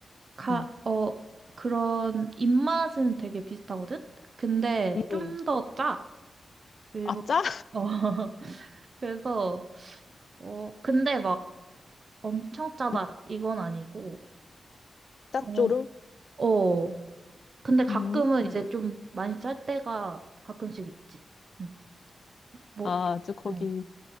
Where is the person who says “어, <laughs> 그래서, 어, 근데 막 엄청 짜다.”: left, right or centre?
Right